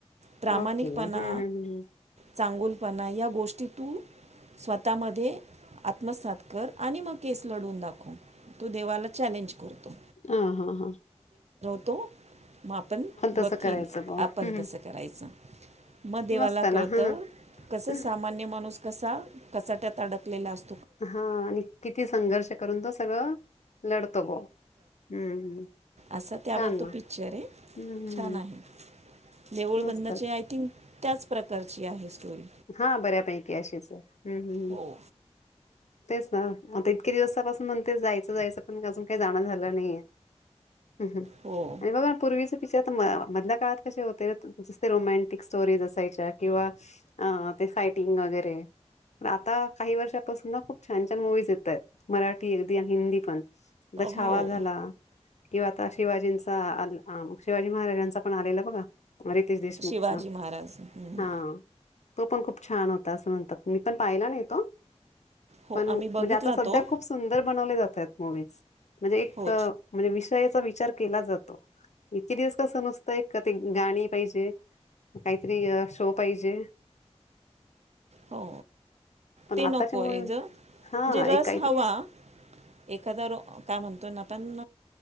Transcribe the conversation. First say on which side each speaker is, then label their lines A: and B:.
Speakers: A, on the right; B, on the left.
A: प्रामाणिकपणा
B: ओके हम्म हम्म हम्म हम्.
A: चांगुलपणा या गोष्टी तू स्वतःमध्ये आत्मसात कर आणि मग केस लढवून दाखव. तू देवाला चॅलेंज करतो
B: आ हां हां.
A: तो म आपण
B: तसं
A: वकील
B: करायचं बुवा
A: आपण
B: हम्म हम्म
A: तसं करायचं. म देवाला
B: मस्त
A: कळत
B: ना हा
A: कस
B: हा
A: सामान्य माणूस कसा कचाट्यात अडकलेला असतो तंत्र नव्हे
B: हा आणि किती संघर्ष करून तो सगळं लढतो ब हम्म.
A: असं त्यावर
B: छान
A: तो
B: ना
A: पिकच्चर आहे
B: हम्मम
A: छान आहे. देऊळ
B: मस्तच
A: बंदाचे आय थिंक त्याच प्रकारची आहे. स्टोरी
B: हा बऱ्यापैकी अशीच आहे. हम्म हम्म.
A: हो
B: तेच ना, आता इतके दिवसापासून म्हणते जायचं- जायचं, पण अजून काही जाणं झालं नाहीये. हम्, हम
A: हो
B: आणि बघा पूर्वीच पि आता म मधल्या काळात कसे होते, त रोमँटिक स्टोरीज असायच्या किंवा ह ते सायटिंग वगैरे, प आता काही वर्षापासून ना खूप छान- छान मुवीज येतायत. मराठी अगदी आणि हिंदी पण. द छावा
A: हो
B: झाला किंवा आता शिवाजींचा <unintelligible> हा शिवाजी महाराजांचा पण आलेला बघा, रितेश देशमुखचा.
A: शिवाजी महाराज हं.
B: हा तो पण खूप छान होता, असं म्हणतात. मी पण पाहिला नाही तो.
A: हो
B: पण
A: आम्ही बघितला
B: म्हणजे आता सध्या,
A: तो
B: खूप सुंदर बनवले जातात मूविज. म्हणजे एक,
A: हो
B: म्हणजे विषयाचा वि चार केला जातो. इतके दिवस कस, नुसत <unintelligible> ते गाणी पाहिजे काहीतरी शो पाहिजे
A: हो
B: पण
A: ते नको
B: आताच्या मुव्ही,
A: आहे ज म्हणजे
B: हा
A: रस
B: एक काहीतरी
A: हवा
B: स
A: एखादा रो काय म्हणतो ना पण